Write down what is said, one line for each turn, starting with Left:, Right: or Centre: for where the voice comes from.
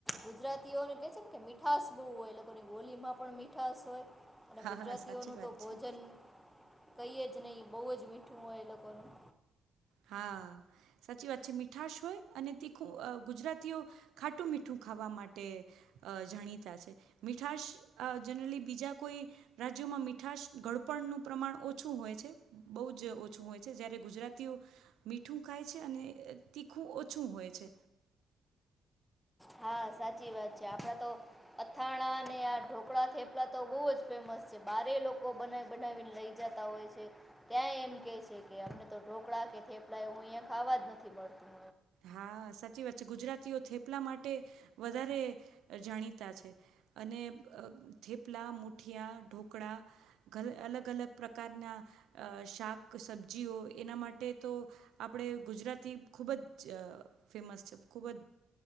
Centre: ગુજરાતીઓને કે છે ને કે મીઠાશ બહુ હોય એ લોકોની બોલીમાં પણ મીઠાસ હોય. અને
Right: હા
Centre: ગુજરાતીઓનું
Right: હા સાચી વાત
Centre: તો ભોજન
Right: છે
Centre: કઈ જ નહીં બહુ જ મીઠું હોય એ લોકોનું
Right: હા સાચી વાત છે મીઠાશ હોય અને તીખું ગુજરાતીઓ ખાટું મીઠું ખાવા માટે અ જાણીતા છે મીઠાશ જનરલી બીજા કોઈ રાજ્યોમાં મીઠાશ ગડપણનું પ્રમાણ ઓછું હોય છે બહુ જ ઓછું હોય છે જ્યારે ગુજરાતી તેઓ મીઠું ખાય છે અને તીખું ઓછું હોય છે.
Centre: હા સાચી વાત છે આપણા તો અથાણા અને આ ઢોકળા થેપલા તો બહુ જ ફેમસ છે બારે લોકો બનાવી બનાવીને લઈ જતા હોય છે ત્યાં એમ કે છે કે અમને તો ઢોકળા કે થેપલા એવું અહિયાં ખાવા જ નથી મળતું.
Right: હા સાચી વાત છે ગુજરાતીઓ થેપલા માટે વધારે જાણીતા છે અને અ થેપલા મુઠિયા ઢોકળા અલગ અલગ પ્રકારના શાક સબ્જીઓ એના માટે તો આપણે ગુજરાતી ખૂબ જ ફેમસ છે ખૂબ જ